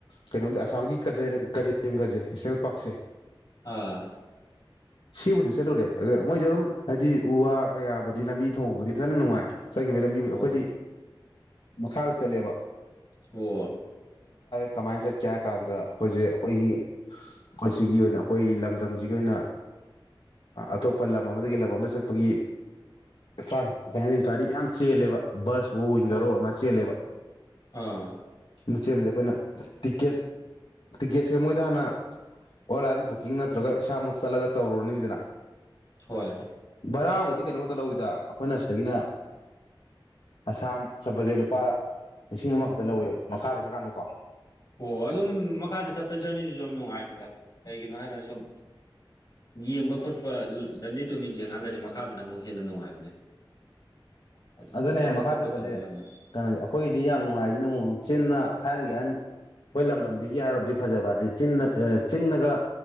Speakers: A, on the left; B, on the left.
A: ꯀꯩꯅꯣꯝꯗꯤ ꯑꯁꯥꯝꯒꯤ ꯀꯖꯩꯔꯦꯡꯒꯁꯦ ꯏꯆꯦꯜ ꯄꯥꯛꯁꯦ
B: ꯑꯥ
A: ꯁꯤꯕꯨꯗꯤ ꯆꯠꯂꯨꯔꯦ ꯑ ꯃꯣꯏꯁꯨ ꯑꯗꯨꯝ ꯍꯥꯏꯗꯤ ꯎ ꯋꯥ ꯀꯌꯥꯕꯨꯗꯤ ꯂꯝꯕꯤ ꯊꯣꯡꯕꯕꯨꯗꯤ ꯐꯖꯅ ꯅꯨꯡꯉꯥꯏ ꯆꯠꯈꯤꯕꯒꯤ ꯂꯝꯕꯤ ꯑꯩꯈꯣꯏꯗꯤ
B: ꯑꯣ
A: ꯃꯈꯥ ꯆꯂꯦꯕ
B: ꯑꯣ
A: ꯀꯃꯥꯏꯅ ꯆꯠꯀꯦ ꯍꯥꯏ ꯀꯥꯟꯗ ꯑꯩꯈꯣꯏꯁꯦ ꯑꯩꯈꯣꯏꯒꯤ ꯑꯩꯈꯣꯏ ꯁꯤꯒꯤ ꯑꯣꯏꯅ ꯑꯩꯈꯣꯏꯒꯤ ꯂꯝꯗꯝꯁꯤꯒꯤ ꯑꯣꯏꯅ ꯑꯇꯣꯞꯄ ꯂꯝ ꯑꯃꯗꯒꯤ ꯂꯝ ꯑꯃꯗ ꯆꯠꯄꯒꯤ ꯇ꯭ꯔꯥꯟꯄ ꯒꯥꯔꯤ ꯃꯌꯥꯝ ꯆꯦꯜꯂꯦꯕ ꯕꯁ ꯍꯣ ꯋꯤꯡꯒꯔꯣ
B: ꯍꯣꯏ
A: ꯑꯃ ꯆꯦꯜꯂꯦꯕ
B: ꯑꯥ
A: ꯑ ꯆ ꯁꯦꯝꯕꯁꯦ ꯑꯩꯈꯣꯏꯅ ꯇꯤꯛꯀꯦꯠ ꯇꯀꯦ ꯁꯃꯣꯏꯗꯅ ꯑꯣꯟꯂꯥꯏꯟ ꯕꯨꯛꯀꯤꯡ ꯅꯠꯇ꯭ꯔꯒ ꯏꯁꯥꯃꯛ ꯆꯠꯂꯒ ꯇꯧꯔꯨꯔꯅꯤꯗꯅ
B: ꯍꯣꯏ
A: ꯕꯔꯥꯕꯨꯗꯤ ꯀꯩꯅꯣꯝꯃꯛꯇ ꯂꯧꯋꯤꯗ ꯑꯩꯈꯣꯏꯅ ꯁꯤꯗꯒꯤꯅ ꯑꯁꯥꯝ ꯆꯣꯠꯄꯁꯦ ꯂꯨꯄꯥ ꯂꯤꯁꯤꯡ ꯑꯃꯈꯛꯇ ꯂꯧꯋꯦꯕ ꯃꯈꯥꯗ ꯆꯠꯀꯥꯟꯗꯀꯣ
B: ꯑꯣ ꯑꯗꯨꯝ ꯃꯈꯥꯗ ꯆꯠꯄ ꯖꯔꯅꯤꯗꯨꯁꯨ ꯑꯗꯨ ꯅꯨꯡꯉꯥꯏ ꯀꯩꯒꯤꯅꯣ ꯍꯥꯏꯒꯥꯟꯅ ꯁꯨꯝ ꯌꯦꯡꯕ ꯈꯣꯠꯄ ꯂꯝꯃꯤꯠ ꯇꯃꯤꯟ ꯌꯦꯡꯉꯥꯟ ꯂꯩꯔꯦ ꯃꯈꯥꯗꯅ ꯑꯃꯨꯛ ꯍꯦꯟꯅ ꯅꯨꯡꯉꯥꯏꯕꯅꯦ ꯍꯥꯏꯗꯤ
A: ꯑꯗꯨꯅꯦ
B: ꯆꯠꯄ
A: ꯃꯈꯥ
B: ꯈꯣꯠꯄ
A: ꯆꯠꯄꯁꯦ
B: ꯇꯧꯔꯀꯥꯟꯗ
A: ꯀꯩꯅꯣ ꯑꯩꯈꯣꯏꯒꯤꯗꯤ ꯌꯥꯝ ꯅꯨꯡꯉꯥꯏꯁꯤꯅ ꯑꯃꯨꯛ ꯆꯤꯟꯅ ꯊꯥꯏꯅꯒꯤ ꯑꯍꯟ ꯑꯩꯈꯣꯏ ꯂꯝꯗꯝꯁꯤꯒꯤ ꯍꯥꯏꯔꯨꯔꯗꯤ ꯐꯖꯕ ꯍꯥꯏꯔꯗꯤ ꯆꯤꯟꯅ ꯆꯤꯡꯅꯒ